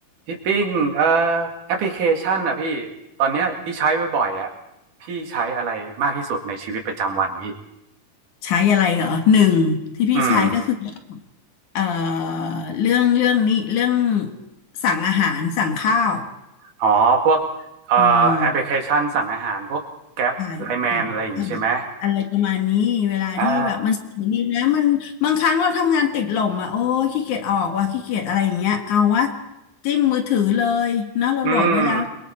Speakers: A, on the right (about 75°); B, on the left (about 70°).
A: พี่ปิ้งเอ่อแอปพลิเคชันอ่ะพี่ตอนเนี้ยพี่ใช้บ่อยๆอ่ะพี่ใช้อะไรมากที่สุดในชีวิตประจำวันพี่
B: ใช้อะไรเหรอหนึ่งที่พี่ใช้ก็คือ
A: อืม
B: เอ่อเรื่องเรื่องนี้เรื่องสั่งอาหารสั่งข้าว
A: อ๋อพวกเอ่อแอปพลิเคชันสั่งอาหารพวกแกร็ปไลแมนอะไรอย่างงี้ใช่ไหม
B: อืม ถ่ายถ่ายถ่ายอะไรประมาณนี้เวลาที่แบบมันสนุกดีนะมันบางครั้งเราทำงานติดหล่มอ่ะโอ้ยขี้เกียจออกว่ะขี้เกียจอะไรอย่างเงี้ยเอาวะ
A: อ่า
B: จิ้มมือถือเลยเนาะเราโหลดไว้แล้ว
A: อืม